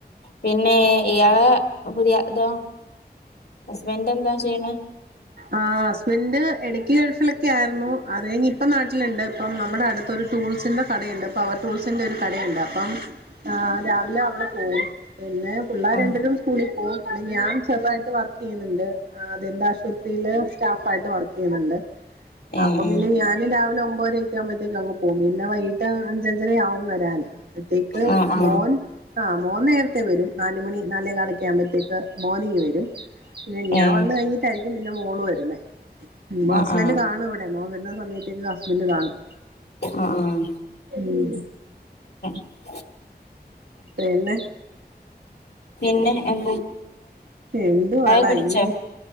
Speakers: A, on the left (about 75°); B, on the right (about 75°).
A: പിന്നെ ഇയാളെ പുതിയ തോ ഹസ്ബൻഡ എന്തോ ചെയ്യണ
B: ആഹ് ഹസ്ബൻഡ് ഇടയ്ക്ക് ഗൾഫിലൊക്കെ ആയിരുന്നു അത് കഴിഞ്ഞ് ഇപ്പം നാട്ടിലുണ്ട് ഇപ്പം നമ്മുടെ അടുത് ഒരു ടൂൾസിന്റെ കടയുണ്ട് പവർ ടൂൾസിന്റെ ഒരു കടയുണ്ട് അപ്പം ആഹ് രാവിലെ അവിടെ പോവും പിന്നെ പിള്ളേർ
A: ആ
B: രണ്ടും സ്കൂളിൽ പോകും പിന്നെ ഞാൻ <unintelligible> ആയിട്ട് വർക്ക് ചെയ്യുന്നുണ്ട് ദന്താശുപത്രിയില് സ്റ്റാഫ് ആയിട്ട് വർക്ക് ചെയ്യുന്നുണ്ട്
A: ഏ
B: അപ്പം
A: ഏ
B: പിന്നെ ഞാനും രാവിലെ ഒ <unintelligible> ആകുമ്പോഴത്തേക്ക് അങ്ങ് പോകും പിന്നെ വൈകിട്ട് അഞ്ച് അഞ്ചര ആവും വരാൻ അപ്പത്തേക്ക്
A: ആ ആ
B: മോൻ ആഹ് മോൻ നേരത്തെ വരും നാലുമണി നാലേ കാലൊക്കെ ആവുമ്പോത്തേക്ക് മോനിങ്ങ് വരും പിന്നെ ഞാൻ
A: ഏ
B: വന്ന കഴിഞ്ഞിട്ടായിരിക്കും പിന്നെ മോള് വരുന്നേ പിന്നെ
A: ആ
B: ഹസ്ബൻഡ്
A: ആ
B: കാണു ഇവിടെ മോൻ വ സമയത്തേക്ക് ഹസ്ബൻഡ് കാണും
A: ആഹ് ആഹ്
B: ഉം
A: <unintelligible>
B: പിന്നെ
A: പിന്നെ എൻ
B: എന്തുവാടാ
A: കുടിച്ചോ
B: ഇങ്ങനെ